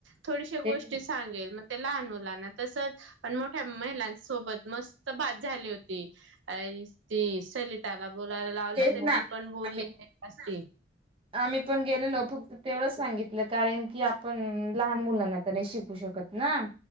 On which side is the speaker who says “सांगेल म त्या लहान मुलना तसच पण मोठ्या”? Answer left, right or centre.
Right